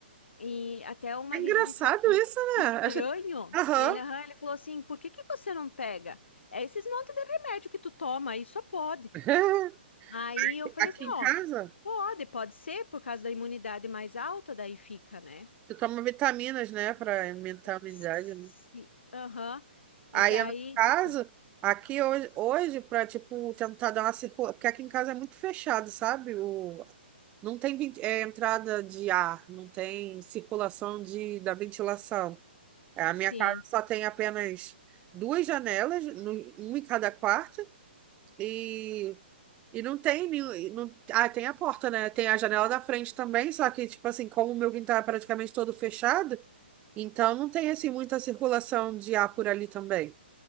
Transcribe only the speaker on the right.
é engraçado
isso,
né?
Acho- Aham.
<laughs>
Aqui
em
casa,
tu toma vitaminas, né, pra aumentar a imunidade,
né?
Aí,
no caso,
aqui hoje, hoje pra, tipo, tentar dar uma circulação, porque aqui em casa é muito fechado, sabe? O... Não tem vent- é, entrada de ar, não tem circulação de, da ventilação. É, A
minha casa só tem apenas duas janelas, no- uma em cada quarto, e E não tem nenhum. Não, ah, tem a porta, né? Tem a janela da frente também, só que, tipo assim, como o meu quintal é praticamente todo fechado, então não tem, assim, muita circulação de ar por ali também.